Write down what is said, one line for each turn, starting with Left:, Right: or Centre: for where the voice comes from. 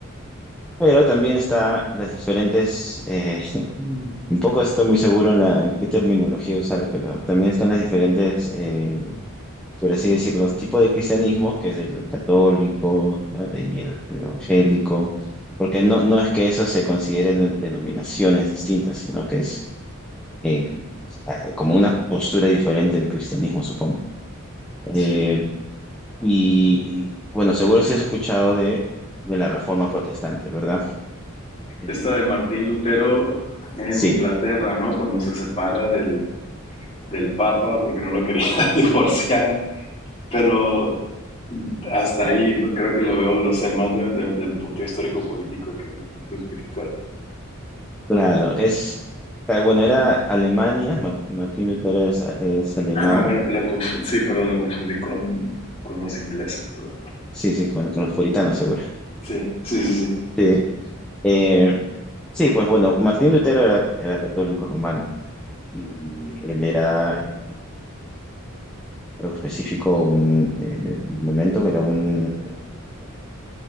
Centre: pero también está las diferentes, eh, <laughs> un poco estoy muy seguro en la qué terminología usar, pero también están las diferentes eh, por así decir, los tipos de cristianismos que es el católico, ¿vale? y el, el evangélico, porque no, no es que eso se considere de- denominaciones distintas, sino que es eh, a- como una postura diferente del cristianismo, supongo. Eh,
Left: Sí.
Centre: y bueno, seguro si has escuchado de, de la Reforma Protestante, ¿verdad? Eh,
Left: Esta de Martín Lutero en
Centre: sí,
Left: Inglaterra, ¿no? Cuando se separa del, del Papa porque no lo quería <laughs> divorciar Pero hasta ahí lo- creo que lo veo, lo sé más de- de- del punto histórico político que del punto espiritual.
Centre: claro, es, eh, bueno, era Alemania, Mar- Martín Lutero es, es alemán,
Left: Ah, no, me- lo confu- sí, perdón, lo confundí con, con los ingleses, perdón.
Centre: sí, sí, con, con los puritanos, seguro.
Left: Sí, sí, sí, sí.
Centre: Sí, eh, Sí, pues bueno, Martín Lutero era, era católico romano y él era, eh, algo específico, un eh, momento que era un, eh,